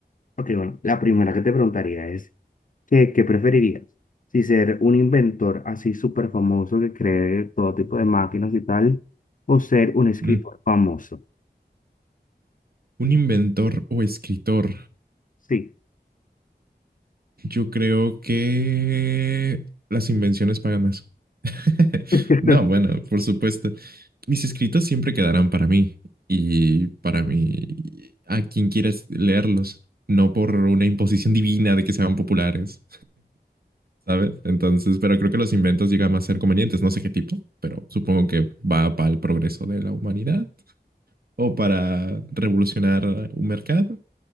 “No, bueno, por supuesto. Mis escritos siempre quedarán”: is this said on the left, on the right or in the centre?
Right